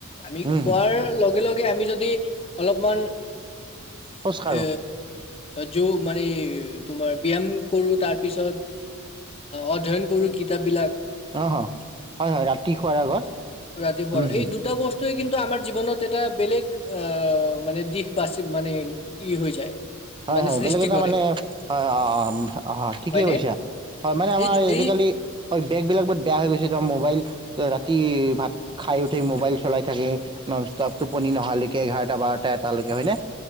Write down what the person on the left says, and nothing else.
আমি
খোৱাৰ লগে লগে আমি যদি অলপমান
এ যো মানে তোমাৰ ব্যায়াম কৰো তাৰপিছত অধ্যয়ন সৰু কিতাপবিলাক
ৰাতি খোৱাৰ
এই দুটা বছ কিন্তু আমাৰ জীৱনত এটা বেলেগ আহ মানে দিশ বাচি মানে ই হৈ যায়
মানে
সৃষ্টি
কৰে
হয়নে
এই
এই